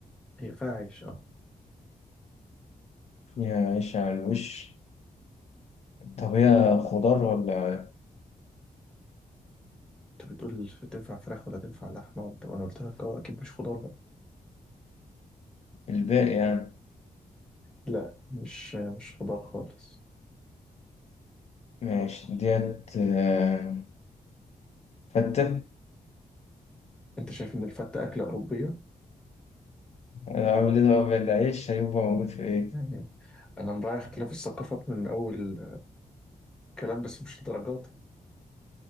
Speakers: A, in the centre; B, on the left (about 45°).
A: هي فيها عيش اه
B: فيها عيش على الوش طب هي خضار ولا
A: انت بتقول تنفع فراخ ولا تنفع لحمه وانت وانا قلت لك اه اكيد مش خضار بقى
B: الباقي يعني
A: لا مش مش خضار خالص
B: ماشي ديت آه، فتة
A: انت شايف ان الفته اكله اوروبيه
B: آه، عامل ايه بقى العيش هيبقى موجود في ايه؟
A: يعني انا مراعي اختلاف الثقافات من اول كلام بس مش الدرجات دي.